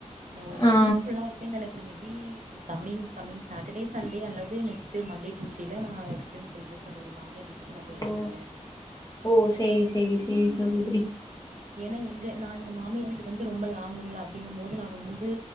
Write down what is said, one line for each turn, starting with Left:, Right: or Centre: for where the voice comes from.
Right: நா ஒரு இந்த
Left: ஆ
Right: வீக் ஃபுல்லா இருப்பேன்னு நெனைக் கிறே maybe coming coming Saturday Sunday அல்லது நெக்ஸ்ட் மண்டே டூஸ்டேல்லா ரிட்டன் போய்டுவே சகோதரி மாியார் வீட்டு க்கு நா போய்டுவே
Left: ஓ
Right: நானு
Left: ஓ செரி செரி செரி சகோதிரி
Right: ஏனா எங்க நா எங்க வீடு வந்து ரொம்ப லாங்குங்ளா அப்டிங்கு போது நா ரொம் வந்து